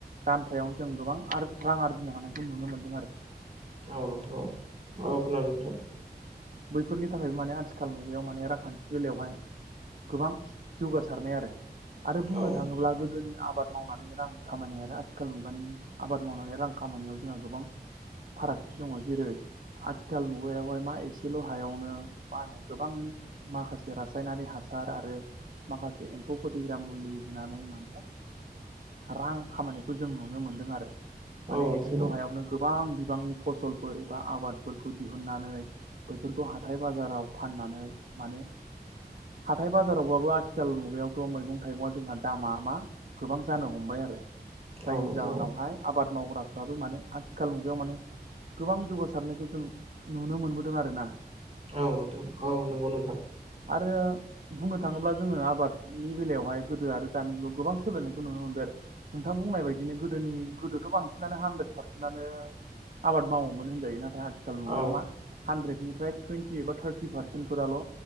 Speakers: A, on the right; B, on the right.
A: दामफायाव जों गोबां आर रां आरजिनो हानायखौ नुनो मोन्दों आरो।
B: औ नोंथां औ। औ खोनादों नोंथां।
A: बैफोरनि थाखायबो माने आथिखाल मुगायाव माने रांखान्थि बेलायावहाय गोबां जौगासारनाय आरो आरो बुंनो
B: औ
A: थांङोब्ला गोदोनि आबाद मावनानै रां खामायनाय आरो आथिखाल मुगानि आबाद मावनानै रां खामायनायाव जोंहा गोबां फारागथि दंङ जेरै आथिखाल मुगायावहाय मा एसे सेल' हायावनो मा होनो गोबां माखासे रासायनारि हासार आरो माखासे एमफ फौ फोथैग्रा मुलि होनानै माने रां खामायनायखौ जों नुनो मोन्दों आरो।
B: नोंथां
A: माने एसेल' हायावनो गोबां बिबांनि फसलफोर एबा आबादफोरखौ दिहुननानै बेफोरखौ हाथाय बाजाराव फाननानै माने हाथाय बाजारावबाबो आथिखाल मुगायावथ' मैगं थाइगंआ जोंहा दामा मा गोबां जानो हमबाय आरो। जायनि
B: औ नोंथां औ
A: जाहोनावहाय
B: नोंथां
A: आबाद मावग्राफ्राबो माने आथिखाल मुगायाव माने गोबां जौगासारनायखौ जों नुनो मोनबो दों आरोना।
B: औ नोंथां औ नोंगौ नोंथां।
A: आरो बुंनो थांङोब्ला जोंङो आबादनि बेलायावहाय गोदो आरो दानि जुगाव गोबां सोलायनायखौ नुनो मोनबाय आरो। नोंथां बुंनाय बायदिनो गोदोनि गोदोथ' बांसिनानो हानद्रेद पारसेन्टनो आबाद मावोमोन होनजायो नाथाय आथिखाल मुगायाव
B: औ
A: मा हानद्रेदनिफ्राय टुइन्टि एबा थार्टि पारसेन्टफोराल'